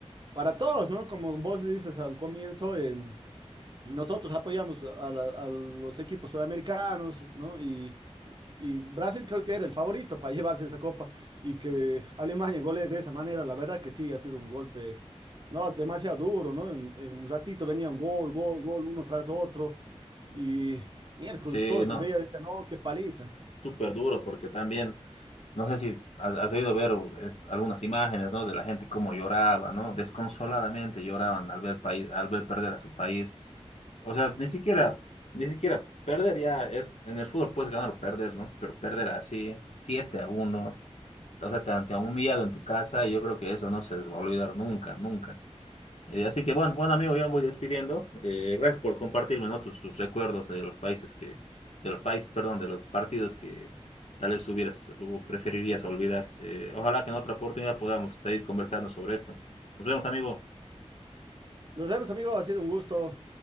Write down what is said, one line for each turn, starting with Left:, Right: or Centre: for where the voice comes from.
Right: para todos, ¿no? Como vos dices al comienzo, eh, Nosotros apoyamos a, la- a los equipos sudamericanos, ¿no? Y, y Brasil creo que era el favorito para <laughs> llevarse esa copa y que Alemania goles de esa manera, la verdad que sí, ha sido un golpe, ¿no? Demasiado duro, ¿no? En, en un ratito venía un gol, gol, gol, uno tras otro y miércoles
Left: Sí,
Right: todo el
Left: no,
Right: que veía decía, no, qué paliza.
Left: súper duro porque también, no sé si has has debido ver o- es, algunas imágenes, ¿no? De la gente cómo lloraba, ¿no? Desconsoladamente lloraban al ver, país, al ver perder a su país. O sea, ni siquiera, ni siquiera perdería, es, en el fútbol puedes ganar o perder, ¿no? Pero perder así, siete a uno o sea, te, han- te han humillado en tu casa y yo creo que eso no se les va a olvidar nunca, nunca. Eh, así que bueno, bueno amigo, yo me voy despidiendo. Eh, gracias por compartirme, ¿no? tus, tus recuerdos de los países que, de los países, perdón, de los partidos que tal vez hubieras o preferirías olvidar. Eh, ojalá que en otra oportunidad podamos seguir conversando sobre esto. Nos vemos, amigo.
Right: Nos vemos, amigos, ha sido un gusto.